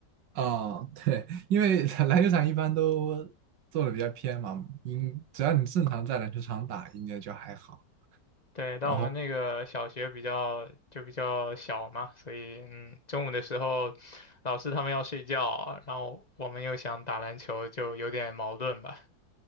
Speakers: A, on the right; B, on the left.
A: 啊，对，因为 <laughs> 篮球场一般都做的比较偏嘛，应只要你正常在篮球场打，应该就还好。
B: 对，但我们那个小学比较就比较小嘛，
A: 然后。
B: 所以嗯，中午的时候老师他们要睡觉，然后我们又想打篮球，就有点矛盾吧。